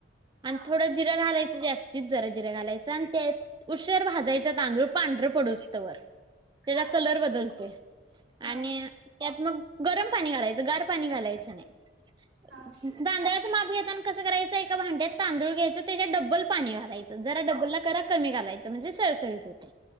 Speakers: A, on the right; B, on the right.
A: हा
B: आणि थोडं जिरं घालायचं जास्त तीच जरा जिर घालायच आणि त्य उशर भाजायच तांदूळ पांढरं पडूसतं वर त्याचा
A: हा
B: कलर बदलतो
A: हा
B: आणि मग गरम पाणी घालायचं गार पाणी घालाय जायचं नाही
A: हा
B: दांगराच मापि कस कयचं एका भांड्यात तांदूळ घ्यायचं त्याच्यात डबल पाणी घालायचं जरा डबल करा कमी घालायचं म्हणजे सरसरीत होत